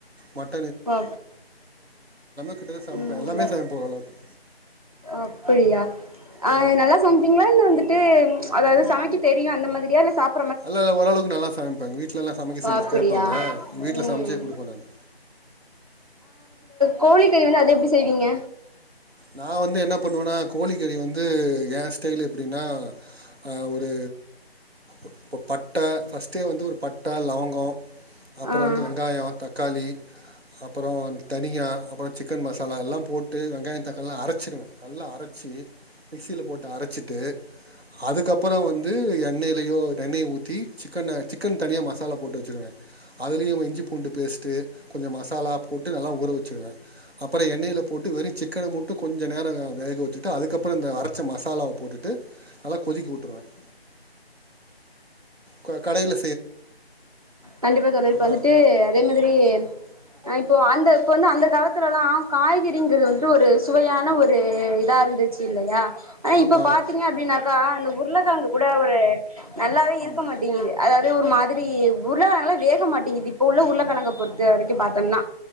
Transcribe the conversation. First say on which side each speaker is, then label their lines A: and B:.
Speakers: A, on the right; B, on the right.
A: மட்
B: பா
A: கிட்டத்தட்ட சமைப்பேன்
B: ம்
A: எல்லாமே சமைப்பேன் ஓரளவுக்கு
B: அப்பிடியா அ
A: ஆ
B: நல்லா சம்ப்பீங்ளா இல்ல வந்துட்டு அதாது சமைக்க தெரியு அந்த மாதிரியா இல்ல சாப்
A: அல்லல்ல ஒரளவுக்கு நல்லா சம ப எங் வீ வீட்லல்லா சமக்க
B: ஓ
A: சொல்லி
B: அப்படியா
A: கேப்பாங்க வீட்ல
B: ம்
A: சம்ச்சே குடுப்பே நானு
B: கோழி கறி வந்து அது எப்டி செய்வீங்க
A: நா வந்து என்ன பண்ணுவேனா கோழி கறி வந்து ஏ ஸ்டைல் எப்டின்னா ஹ ஒரு இப்போ பட்ட ஃபஸ்ட்டே வந்து ஒரு பட்ட லவங்கம் அப்புறம்
B: ஆ
A: வந்து வெங்காயம் தக்காளி அப்புறம் தனியா அப்புறம் சிக்கன் மசாலா எல்லாம் போட்டு வெங்காயம் த அதல்லா அறச்சுடுவேன் நல்லா அரச்சி மிக்சியில் போட்டு அரைச்சிட்டு அதுக்கப்புறம் வந்து எண்ணெயிலயோ எண்ணெய ஊத்தி சிக்கன் தனியாக மசாலா போட்டு வச்சிருவேன் அதுலயும் இஞ்சி பூண்டு பேஸ்ட்டு கொஞ்சம் மசாலா போட்டு நல்லா ஊற வச்சுிருவேன் அப்புறம் எண்ணெயில போட்டு வெறும் சிக்கன மட்டும் அது கொஞ்ச நேரம் வேக வச்சுட்டு அதுக்கப்புறம் அப்புறம் இந்த அரைச்ச மசாலாவ போட்டுட்டு நல்லா கொதிக்க விட்டுருவேன் க கடைல
B: கண்டிப்பா தோழரே இப்ப
A: நா-
B: வந்துட்டு அதே மாதிரி ந இப்போ அந்த இப்போ வந்து அந்த காலத்துலலாம் காய்கறிங்கிறது வந்துட்டு ஒரு சுவையான ஒரு இதாக இருந்துச்சு இல்லையா ஆனா
A: ஆமாம்
B: இப்ப பாத்தீங்க அப்படின்னாக்கா அந்த உருளகிளங்கு கூட ஒரு நல்லாவே இருக்க
A: ம்
B: மாட்டேங்குது அதாவ ப்டியே ஒரு மாதிரி சரி உருளைக்கழங்கல்லாம் வேக மாட்டேங்குது இப்ப உள்ள உருளைக்கழங்க பொறுத்த வரைக்கும் பாார்த்தோம்னா